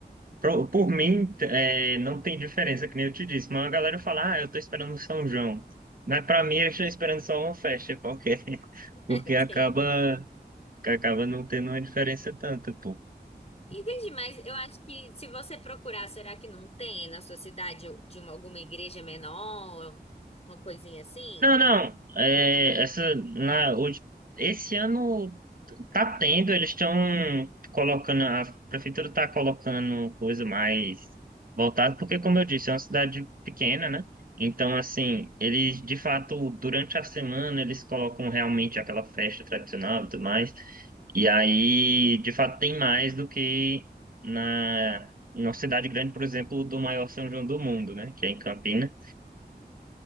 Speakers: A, on the right (about 55°); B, on the left (about 40°).
A: pro- por mim, é, não tem diferença, que nem eu te disse, mas a galera fala, ah, eu tô esperando o São João. Mas pra mim, eu estou esperando só uma festa qualquer, <laughs>
B: <laughs>
A: porque
B: Entendi.
A: acaba, acaba não tendo uma diferença tanta, pô.
B: Entendi, mas eu acho que se você procurar, será que não tem na sua cidade de uma, alguma igreja menor, uma coisinha assim?
A: Não, não. É, essa, na, hoje, esse ano tá tendo, eles estão colocando, a prefeitura está colocando coisa mais voltada, porque, como eu disse, é uma cidade pequena, né? Então, assim, eles, de fato, durante a semana, eles colocam realmente aquela festa tradicional e tudo mais. E aí, de fato, tem mais do que na, na cidade grande, por exemplo, do maior São João do mundo, né? Que é em Campinas.